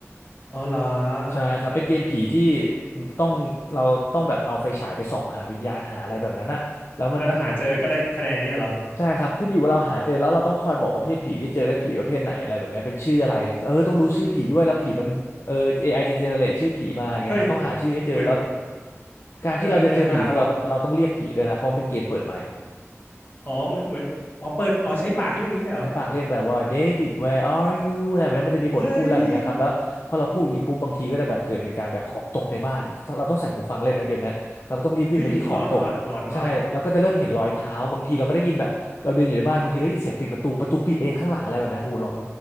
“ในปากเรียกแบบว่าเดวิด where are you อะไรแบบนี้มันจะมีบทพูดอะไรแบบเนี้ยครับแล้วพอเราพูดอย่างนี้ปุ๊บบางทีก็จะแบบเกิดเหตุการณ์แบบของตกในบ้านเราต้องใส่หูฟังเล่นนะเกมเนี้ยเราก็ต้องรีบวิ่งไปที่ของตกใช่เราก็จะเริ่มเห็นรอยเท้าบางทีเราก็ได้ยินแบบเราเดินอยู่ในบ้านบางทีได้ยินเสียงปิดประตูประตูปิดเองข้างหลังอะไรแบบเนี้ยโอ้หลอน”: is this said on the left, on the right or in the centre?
Left